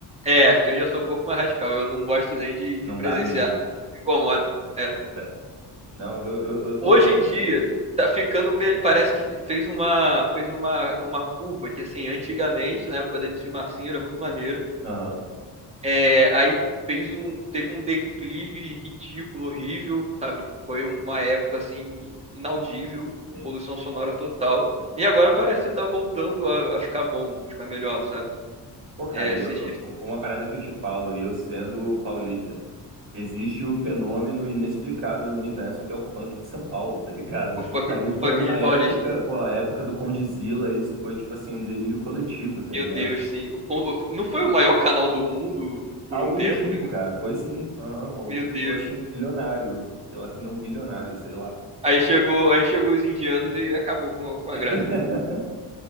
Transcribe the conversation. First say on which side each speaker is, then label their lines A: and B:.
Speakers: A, on the right (about 15°); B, on the right (about 30°).
A: É, eu já sou um pouco mais radical. Eu não gosto nem de,
B: Não
A: de presenciar.
B: dá mesmo.
A: Me incomoda. É.
B: Bota fé. Não, eu, eu, eu total
A: hoje em dia
B: entendo.
A: tá ficando me- parece que fez uma fez uma uma curva que assim antigamente na época da MC Marcinho era muito maneiro
B: Aham,
A: é, aí fez um teve um declive ridículo horrível sabe foi uma época assim inaudível
B: sim.
A: poluição sonora total
B: então.
A: e agora parece que tá voltando a, a ficar bom ficar melhor sabe
B: Pô, cara,
A: é, esses
B: e eu, eu-
A: dias
B: uma parada que eu te falo, e eu sendo paulista, existe o fenômeno inexplicável no universo que é o funk de São Paulo, tá ligado?
A: o funk
B: <laughs> Isso aí
A: o funk
B: foi uma
A: de Paulista
B: época, pô, a época do Condzilla, isso foi tipo assim, um delírio coletivo, tá
A: meu
B: ligado?
A: Deus sim o- o- não foi o maior canal do mundo por
B: Algo
A: um tempo
B: do tipo,
A: né?
B: cara, foi sim, aham, o maluco
A: meu
B: ficou
A: Deus
B: assim, milionário, sei lá, se não bilionário, sei lá,
A: Aí chegou, aí chegou os indianos e acabou com, com
B: <laughs>
A: a graça.